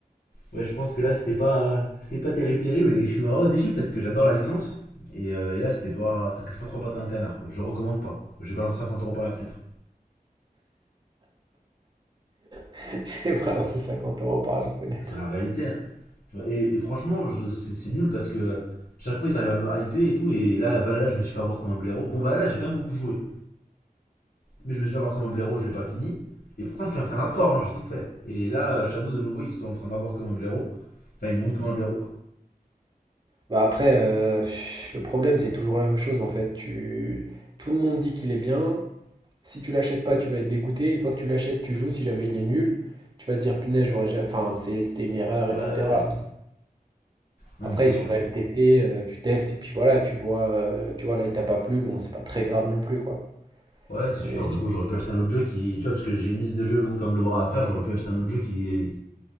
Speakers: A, on the left; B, on the right.
A: Ouais, je pense que là, c'était pas, euh, c'était pas terrible, terrible. Et je suis vraiment déçu parce que j'adore la licence. Et, euh, et là, c'était pas. Ça casse pas trois pattes à un canard, quoi. Je recommande pas. J'ai balancé 50 euros par la fenêtre.
B: <laughs> J'ai balancé 50 euros par la fenêtre.
A: C'est la réalité, hein. Et, et franchement, c'est nul parce que chaque fois ils arrivent à me hyper et tout. Et là, Valhalla, je me suis fait avoir comme un blaireau. Bon, Valhalla, j'ai quand même beaucoup joué. Mais je me suis fait avoir comme un blaireau, je l'ai pas fini. Et pourtant, je suis un fan hardcore, hein, j'ai tout fait. Et là, euh, Shadow, de nouveau, ils sont en train d'avoir comme un blaireau. Enfin, ils m'ont eu comme un blaireau.
B: Bah après, heu, le problème, c'est toujours la même chose en fait. Tu tout le monde dit qu'il est bien. Si tu l'achètes pas, tu vas être dégoûté. Une fois que tu l'achètes, tu joues. Si jamais il est nul, tu vas te dire: «Punaise, j'aurais jamais enfin, c'est c'était une erreur»
A: Ouais,
B: et
A: ouais,
B: cetera.
A: ouais. Non,
B: Après,
A: mais c'est
B: il
A: sûr.
B: faut quand même tester, heu, tu testes et puis voilà, tu vois, heu, tu vois là, il t'a pas plu, bon, c'est pas très grave non plus, quoi.
A: Ouais, c'est sûr.
B: Mais
A: Mais bon, j'aurais pu acheter un autre jeu qui. Tu vois, parce que j'ai une liste de jeux longue comme le bras à faire, j'aurais pu acheter un autre jeu qui.